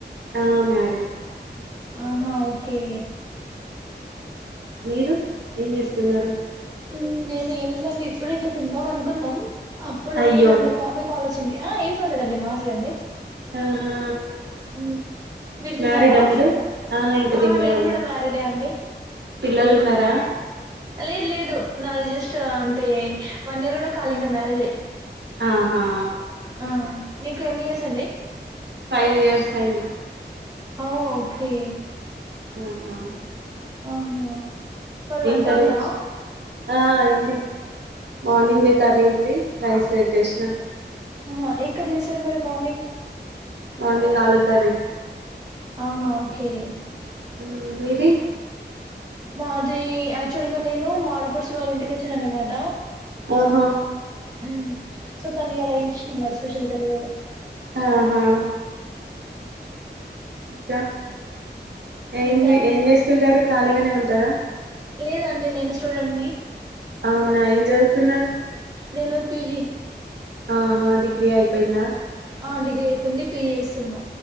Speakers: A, on the right; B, on the right.
A: ఆ మ్యారిడ్
B: ఆహా ఒకే
A: మీరు ఏం జెస్తున్నారు
B: ఉమ్ నేనే ఏమి లేండి ఇప్పుడు ఇట్లా తిందాం అనుకున్నాం అప్పుడు
A: అయ్యో
B: ఇగ మీరు మీ కాల్ వొచ్చింది ఆ ఏం పర్లేదండి మాట్లాడండి
A: ఆహా
B: మ్మ్. మీరు తిన్నారా
A: మ్యారీడా మీరు ఆహా ఇంకా
B: ఆ
A: తిండ్లేదండి
B: నేను కూడా మ్యారీడే అండి
A: పిల్లలు ఉన్నారా
B: లేదు లేదు నాది జస్ట్ అంటే వన్ ఇయర్ గూడా కాళా ఇంకా మ్యారేజ్ అయ్
A: ఆహా
B: ఆ నీకు ఎన్ని ఇయర్స్ అండి
A: ఫైవ్ ఇయర్సైంది
B: ఆ ఓకే
A: అవునా
B: అవునా మరి వంట
A: కర్రీ
B: అయిందా
A: ఆ అయింది మార్నింగ్
B: మ్మ్హ్మ్.
A: దె కర్రీ ఉంది రైస్ పెట్టేషిన
B: ఆహ ఏం కర్రీ జెశారు మరి మార్నింగ్
A: మార్నింగ్ ఆలూ కర్రీ
B: ఆహ ఓకే
A: మ్ మీది
B: మాది యాక్చువల్ గా నేను మాఆడపడుచు వాళ్ళ ఇంటికి వచ్చినాను అనమాట
A: ఆహ
B: ఉహ్ సో తన ఎలా ఇం ఇమ్ మ స్పెషల్ తెల్వ
A: ఆహ ఇక ఏం
B: ఇంకా
A: ఏం చేస్తుంటారు ఖాళీగానే ఉంటారా
B: లేదండి నేను స్టూడెంట్ ని
A: అవునా ఏం చదువుతున్నారు
B: నేను పీజి
A: ఆహ డిగ్రీ అయిపోయిందా
B: ఆ డిగ్రీ అయిపోయింది పిజి చేస్తున్నా